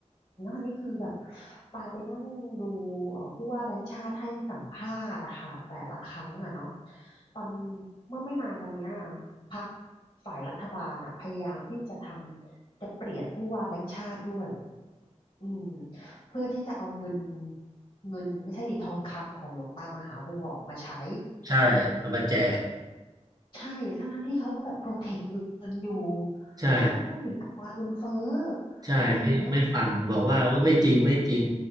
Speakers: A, on the left; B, on the right.
A: แล้วอันนี้คือแบบปาไปนั่งดูเอ่อผู้ว่าแบงค์ชาติให้สัมภาษณ์อะค่ะแต่ละครั้งอะเนาะตอนเมื่อไม่นานมาเนี้ยพรรคฝ่ายรัฐบาลอะพยายามที่จะทำจะเปลี่ยนผู้ว่าแบงค์ชาติด้วยอืมเพื่อที่จะเอาเงินเงินไม่ใช่ดิทองคำของหลวงตามหาบัวออกมาใช้
B: ใช่เอามาแจก
A: ใช่ทั้งทั้งที่เขาแบบโปรเทคเงินอยู่
B: ใช่
A: แล้วเขาพูดถึงอัตราเงินเฟ้อ
B: ใช่ไม่ไม่ฟังบอกว่าโอ้ไม่จริงไม่จริง
A: อะไรอย่างเงี้ย